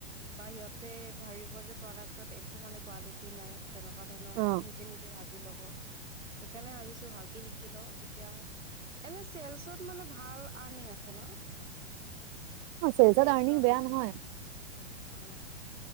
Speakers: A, on the right; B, on the right.
A: বা সিহঁতে ভাবিব যে প্ৰডাক্টত একো মানে কোৱালিটি নাই তেনেকুৱা ধৰণৰ
B: অ
A: নিজে নিজে ভাবি ল'ব। সেইকাৰণে ভাবিছো ভালকে শিকি ল তেতিয়া এনে চেলচত মানে অনিংআছে ন
B: অ চেলচত
A: চেলছ
B: আৰ্নিং
A: বা
B: বেয়া
A: মাৰ্কেট
B: নহয়
A: অ